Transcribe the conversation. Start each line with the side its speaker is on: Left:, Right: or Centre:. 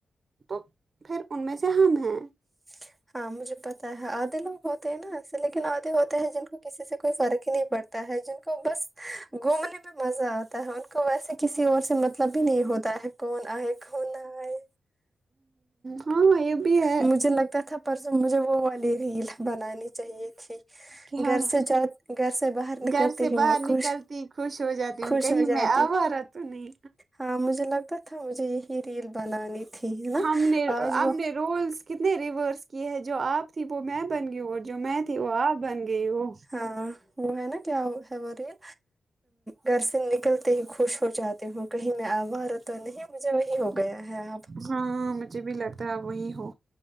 Right: تو پھر ان میں سے ہم ہیں
Centre: <inaudible> ہاں مجھے پتا ہے آدھے لوگ ہوتے ہیں نا ایسے لیکن آدھے ہوتے ہیں جن کو کسی سے کوئی فرق ہی نہیں پڑتا ہے جن کو بس گھومنے میں مزہ آتا ہے ان کو ویسے کسی اور سے مط کبھی نہیں ہوتا ہے کون آئے کون نا آئے
Right: ہاں یہ بھی ہے
Centre: مجھے لگتا تھا پرسوں مجھے وہ والی ریل بنانی چاہیے تھی
Right: کہ
Centre: گھر
Right: ہاں
Centre: سے جا گھر سے باہر نکلتے
Right: گھر سے
Centre: ہی
Right: باہر
Centre: وہ
Right: نکلتی
Centre: خوش
Right: خوش ہو جاتی ہوں
Centre: خوش
Right: کہیں
Centre: ہو جاتی
Right: میں آوارہ تو نہیں
Centre: ہاں مجھے لگتا تھا مجھے یہی ریل بنانی ٹھیک ہے نا
Right: ہم نے
Centre: آج
Right: ہم
Centre: وہ
Right: نے رولس کتنے ریورس کئے ہے جو آپ تھی وہ میں بن گی ہوں اور جو میں تھی وہ آپ بن گئی ہو
Centre: ہاں وہ ہے نا کیا ہے وہ ریل گھر سے نکلتے ہی خوش ہو جاتے ہو کہیں میں اورا تو نہیں مجھے وہی ہو گیا ہے اب
Right: ہاں مجھے بھی لگتا ہے آپ وہی ہو